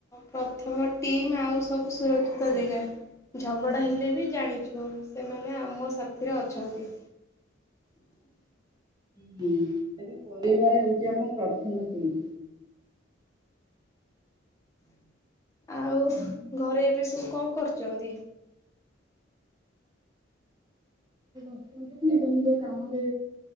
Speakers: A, on the left; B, on the right.
A: ପ୍ରଥମ ଟିମ୍ ଆଉ ସବୁ ସୁରକ୍ଷିତ ଯେଗା। ଝଗଡ଼ା ହେଲେ ବି ଜାଣିଯିବ ସେମାନେ ଆମ ସାଥିରେ ଅଛନ୍ତି।
B: ହୁଁ ହୁଁ ତେବେ ପରିବାର ହଉଛି ଆମ ପ୍ରଥମ ଟିମ୍।
A: ଆଉ ଘରେ ଏବେ ସବୁ କଣ କରୁଛନ୍ତି? <inaudible>
B: ମୁଁ କହିଲି ନିଜ ନିଜ କାମରେ